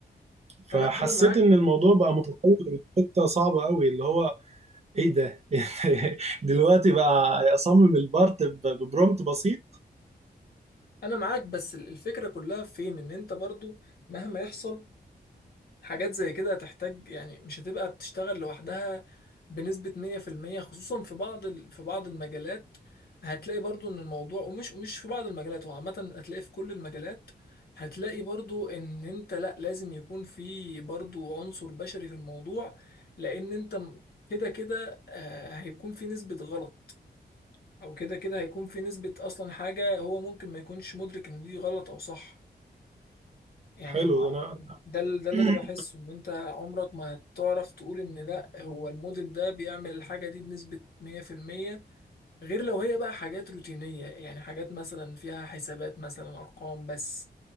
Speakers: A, on the right; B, on the left.
A: فحسيت
B: انا انا معاك
A: ان الموضوع بقى متطور لحتة صعبة قوي اللي هو ايه ده <laughs> دلوقتي بقى اصمم البارت ب- ببرومت بسيط
B: انا معاك بس الفكرة كلها فين ان انت برضو مهما يحصل حاجات زي كده هتحتاج يعني مش هتبقى بتشتغل لوحدها بنسبة 100% خصوصا في بعض ال... في بعض المجالات هتلاقي برضو ان الموضوع ومش مش في بعض المجالات هو عامة هتلاقي في كل المجالات هتلاقي برضو ان انت لا لازم يكون في برضو عنصر بشري في الموضوع لان انت م- كده كده آه، هيكون في نسبة غلط او كده كده هيكون في نسبة اصلا حاجة هو ممكن ما يكونش مدرك ان دي غلط او صح يعني
A: حلو
B: ما-
A: انا
B: ده ال- ده اللي
A: <clears throat>
B: انا بحسه ان انت عمرك ما هتعرف تقول ان لا هو الموديل ده بيعمل الحاجه دي بنسبه 100% غير لو هي بقى حاجات روتينيه يعني حاجات مثلا فيها حسابات مثلا ارقام بس